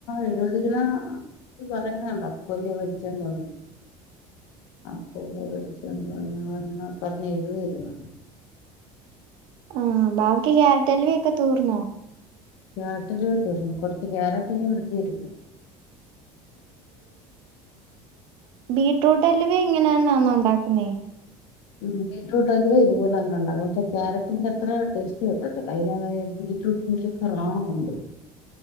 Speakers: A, on the left (about 75°); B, on the right (about 55°).
A: എഴുപത് രൂപ പറയുന്നുണ്ട് അപ്പു അല്ലിയോ മേടിച്ചോണ്ട് വന്നേ അപ്പു മേടിച്ചോണ്ട് വന്ന് പറഞ്ഞ് പറഞ്ഞ് എഴുപത് രൂവാന്ന്.
B: ആഹ് ബാക്കി ക്യാരറ്റലുവേക്കെ തീർന്നോ?
A: ക്യാരറ്റലുവ തീർന്നു കുറച്ച് ക്യാരറ്റ് ഇനി ഫ്രിഡ്ജി ഇരിപ്പു
B: ബീറ്റ്റൂട്ട് അലിവ ഇങ്ങനെന്നാന്നോ ഉണ്ടാക്കുന്നേ?
A: ഉം ബീറ്റ്റൂട്ട് അലുവ ഇതുപോലെ തന്നെ ഉണ്ടാകുന്ന പക്ഷെ ക്യാരറ്റിന്റെ അത്ര ടേസ്റ്റ് കിട്ടത്തില്ല അയിന് ബീറ്റ്രൂട്ടിന്റെ ഒരു ക്രാണമുണ്ട്